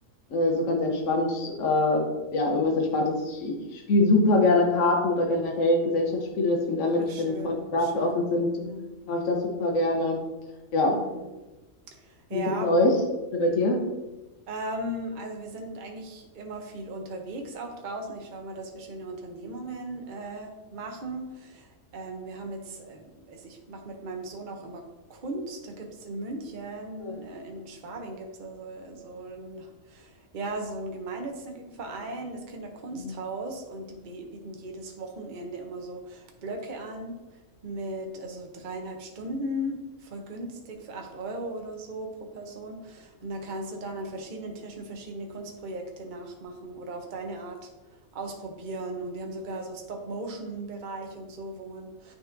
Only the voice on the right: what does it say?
Ach, schön,
schön.
Hm.
Hm. Ja.
Ähm, also wir sind eigentlich immer viel unterwegs, auch draußen. Ich schaue mal, dass wir schöne Unternehmungen äh, machen. Ähm, wir haben jetzt, ähm, es- ich mache mit meinem Sohn auch immer Kunst. Da gibt es in München,
äh, in Schwabing gibt es so, so ein ja, so ein gemeinnützigen Verein, das Kinderkunsthaus,
und die be- bieten jedes Wochenende immer so Blöcke an mit, also dreieinhalb Stunden, voll günstig für 8 Euro oder so pro Person. Und da kannst du dann an verschiedenen Tischen verschiedene Kunstprojekte nachmachen oder auf deine Art ausprobieren. Und die haben sogar so Stop-Motion-Bereich und so, wo man,